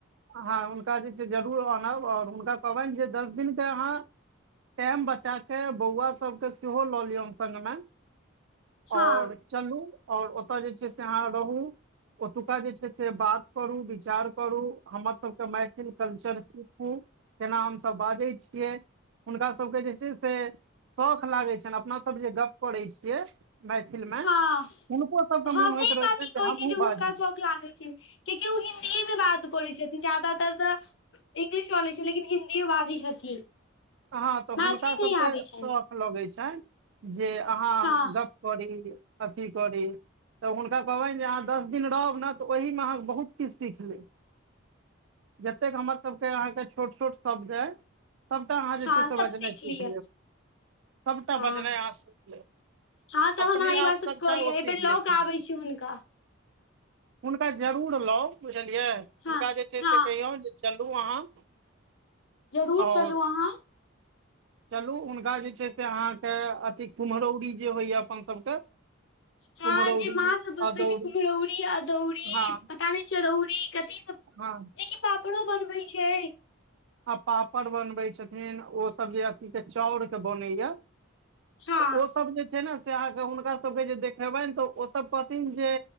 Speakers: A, on the right (about 65°); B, on the left (about 65°).
A: हँ हुनका जे छै जरूर आनब आ ओर हुनका कहबनि जे दस दिन के अहाँ टाइम बचा के बौआ सब के सेहो ल लिय संगग में
B: हँ
A: और चलू और ओतय जे छै से अहाँ रहू। ओतुका जे छै से बात करू विचार करू हमर सब मैथिल कलर सीखू तना हमस बाजै छियै हुनका सबके <unintelligible> से शौख लागै छनि अपना सब जे गप करै छियै मैथिल मे
B: हँ
A: हुनको सभ के
B: हँ
A: मोन
B: सही
A: होइत रहैत
B: बात
A: छाई
B: ई
A: जे
B: कहै
A: हमहु
B: छी हुनका
A: बाजू
B: शौक लागै <unintelligible> कियाकि ओ हिन्दीए मे बात करै छथिन जादातर त इंग्लिश चले छै लेकिन हिन्दियो बाजै छथिन
A: हँ त
B: मैथिली
A: हुनका सबके
B: नहि आबै
A: शौख
B: छनि
A: लगे छनि जे अहाँ
B: हँ
A: गप करी अथी करी त हुनका कहबनि जे अहाँ दस दिन रहब ने त ओहिमे अहाँ बहुत किछु सीख लेब जतेक हमर सब के अहााँके छोट छोट शब्द य सभटा अहाँ जे
B: हँ
A: छै से
B: सब
A: बजनाइ सीख
B: लिअ
A: लेब सभटा
B: हँ
A: बजनाइ अहाँ सीख लेब
B: हँ तहन
A: अपने
B: अहाँ ई
A: आप
B: बात सच
A: सबटा
B: कहलियै
A: ओ
B: एहिबेर
A: सीख
B: लऽ
A: जेथिन
B: कऽ आबै छी हुनका
A: हुनका जरूर लउ बुझलियै हुनका
B: हँ
A: जे छै
B: हँ
A: से कहियौ जे चलू अहाँ
B: जरूर
A: आओर
B: चलू अहाँ
A: चलू हुनका जे छै से अहाँके अथि कुम्हरौरी जे होइए अपन सभके
B: हँ
A: कुम्हरौरी
B: जे माँ सभ बनबै
A: अदौरी
B: छै कुम्हरौरी अदौरी
A: हँ
B: पता नय चरौरी कथी सब
A: हँ
B: पापरो बनबै छै
A: आ पापड़ बनबे छथिन ओ सब जे अथी के चाउर के बनैया
B: हँ
A: त ओ सभ जे छै ने से अहाँके हुनका सभके जे देखेबनि त ओ सभ कहथिन जे